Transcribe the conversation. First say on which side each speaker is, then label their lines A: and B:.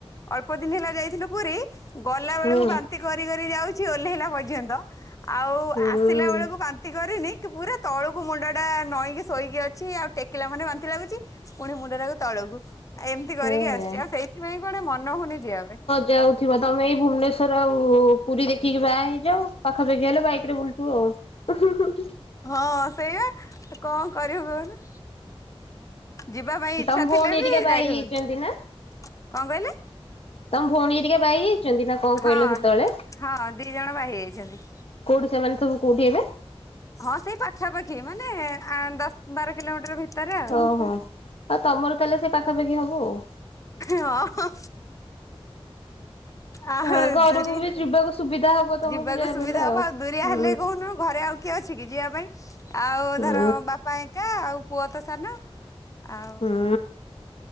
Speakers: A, on the left; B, on the left.
A: ଅଳ୍ପ ଦିନ ହେଲା ଯାଇଥିଲୁ ପୁରୀ ଗଲା
B: ହୁଁ
A: ବେଳକୁ ବା। କରି କରି ଯାଉଛି ଓହ୍ଲେଇଲା ପର୍ଯ୍ୟନ୍ତ ଆଉ
B: ହୁଁ
A: ଆସିଲା ବେଳକୁ ବାନ୍ତି କରିନି କି ପୁରା। ତଳୁକୁ ମୁଣ୍ଡଟା ନଈଁକି ଶୋଇକି ଅଛି ଆଉ ଟେକିଲା ମାନେ ବାନ୍ତି ଲାଗୁଛି। ପୁଣି ମୁଣ୍ଡ ଟାକୁ ତଳକୁ ଆଉ ଏମିତି କରିକି
B: ହେ
A: ଆସିଛି ଆଉ ସେଇଥିପାଇଁ କୁଆଡେ ମନ ହଉନି ଯିବାକୁ।
B: ଯାଉଥିବ ତମେ ଏଇ ଭୁବନେଶ୍ଵର ଆଉ ପୁରୀ ଦେଖିକି ବାହା ହେଇଯାଉ। ପାଖାପାଖି ହେଲେ ବାଇକ୍ ରେ ବୁଲଥିବୁ ଆଉ।
A: ହଁ ସେଇଆ କଣ କରିବୁ କହୁନୁ। ଯିବା ପାଇଁ ଇଚ୍ଛା
B: ତମ ଭଉଣୀ
A: ଥିଲେ
B: ହେରିକା
A: ବି
B: ବାହା
A: ଯାଇ
B: ହେଇଯାଇଛନ୍ତି
A: ହଉନି କଣ
B: ନା?
A: କହିଲେ?
B: ତମ ଭଉଣୀ ଘରିକା ବାହା ହେଇଯାଇଚନ୍ତି ନା। କଣ କହିଲ
A: ହଁ
B: ସେତେବେଳେ
A: ହଁ ଦି ଜଣ ବାହା ହେଇଯାଇଛନ୍ତି।
B: କୋଉଠି ସେମାନେ ସବୁ କୋଉଠି ଏବେ।
A: ହଁ ସେଇ ପାଖାପାଖି ମାନେ ଦଶ ବାର କିଲୋମିଟର ଭିତରେ। ଆଉ।
B: ଓହୋ ଆଉ ତମର ତାହେଲେ ସେ ପାଖାପାଖି ହବ ଆଉ।
A: ହଁ। ଆଉ
B: ହଁ ଘରକୁ
A: ଦୁରିଆ
B: ବି ଯିବାକୁ ସୁବିଧା ହବ ତମକୁ
A: ଯିବାକୁ
B: ଯାହା
A: ସୁବିଧା
B: ବି ହେଲେ
A: ହବ ଆଉ ଦୁରିଆ
B: ହୁଁ
A: ହେଲେ କହୁନୁହ ଘରେ ଆଉ। କିଏ ଅଛି କି ଯିବା ପାଇଁ ଆଉ
B: ହୁଁ
A: ଧର ବାପା ଏକା ଆଉ ପୁଅ ତ ସାନ ଆଉ।
B: ହୁଁ